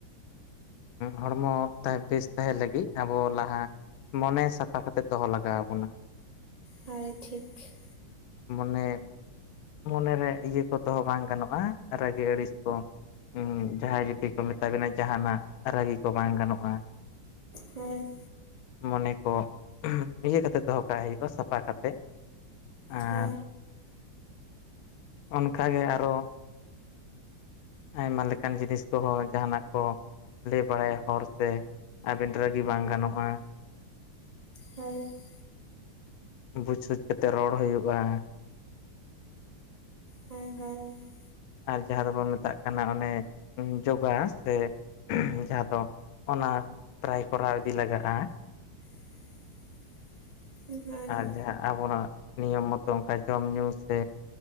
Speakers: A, on the left; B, on the right.
A: ᱦᱚᱲᱢᱚ ᱵᱮᱥ ᱛᱟᱦᱮᱸ ᱞᱟᱹᱜᱤᱫ ᱟᱵᱚ ᱞᱟᱦᱟ ᱢᱚᱱᱮ ᱥᱟᱯᱷᱟ ᱠᱟᱛᱮᱜ ᱫᱚᱦᱚ ᱞᱟᱜᱟᱣ ᱟᱵᱚᱱᱟ ᱾
B: ᱦᱳᱭ ᱴᱷᱤᱠ ᱾
A: ᱢᱟᱱᱮ ᱢᱚᱱᱮ ᱨᱮ ᱤᱭᱟᱹ ᱠᱚ ᱫᱚᱦᱚ ᱵᱟᱝ ᱜᱟᱱᱚᱜ-ᱟ ᱨᱟᱹᱜᱤ ᱟᱹᱲᱤᱥ ᱠᱚ ᱾ ᱦᱩᱸ ᱡᱟᱦᱟᱸᱭ ᱡᱩᱫᱤ ᱠᱚ ᱢᱮᱛᱟ ᱵᱤᱱᱟ ᱡᱟᱦᱟᱱᱟᱜ ᱨᱟᱹᱜᱤ ᱠᱚ ᱵᱟᱝ ᱜᱟᱱᱚᱜ-ᱟ
B: ᱦᱳᱭ ᱾
A: ᱢᱚᱱᱮ ᱠᱚ ᱤᱭᱟᱹ ᱠᱟᱛᱮᱜ ᱫᱚᱦᱚ ᱠᱟᱜ ᱦᱩᱭᱩᱜ-ᱟ ᱥᱟᱯᱷᱟ ᱠᱟᱛᱮᱜ ᱾ ᱟᱨ
B: ᱦᱳᱭ
A: ᱚᱱᱠᱟ ᱜᱮ ᱟᱨᱚ ᱟᱭᱢᱟ ᱞᱮᱠᱟᱱ ᱡᱤᱱᱤᱥ ᱠᱚᱦᱚᱸ ᱡᱟᱦᱟᱱᱟᱜ ᱠᱚ ᱞᱟᱹᱭ ᱵᱟᱲᱟᱭᱟ ᱦᱚᱲ ᱥᱮ, ᱟᱵᱮᱱ ᱨᱟᱹᱜᱤ ᱵᱟᱝ ᱜᱟᱱᱚᱜ-ᱟ ᱾
B: ᱦᱮᱣ ᱾
A: ᱵᱩᱡᱽ ᱥᱩᱡᱽ ᱠᱟᱛᱮᱫ ᱨᱚᱲ ᱦᱩᱭᱩᱜ-ᱟ ᱾
B: ᱦᱮᱣ ᱦᱮᱭ ᱾
A: ᱟᱨ ᱡᱟᱦᱟᱸ ᱫᱚᱵᱚᱱ ᱢᱮᱛᱟᱜ ᱠᱟᱱᱟ ᱚᱱᱮ ᱡᱳᱜᱟ ᱥᱮ, ᱡᱟᱦᱟᱸ ᱫᱚ ᱚᱱᱟ ᱯᱨᱟᱭ ᱠᱚᱨᱟᱣ ᱤᱫᱤ ᱞᱟᱜᱟᱜ-ᱟ ᱾
B: <unintelligible> ᱦᱳᱭ ᱦᱳᱭ
A: ᱟᱨ ᱡᱟᱦᱟᱸ ᱟᱵᱚᱱᱟᱜ ᱱᱤᱭᱚᱢ ᱢᱚᱛᱚ ᱚᱱᱠᱟ ᱡᱚᱢ ᱧᱩ ᱥᱮ